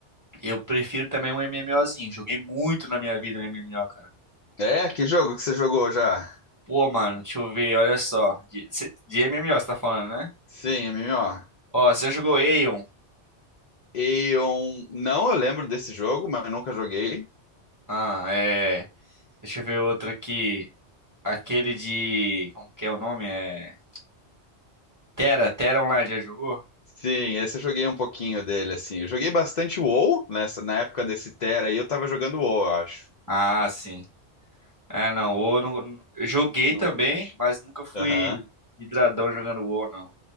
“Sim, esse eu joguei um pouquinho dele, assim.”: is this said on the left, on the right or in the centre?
Left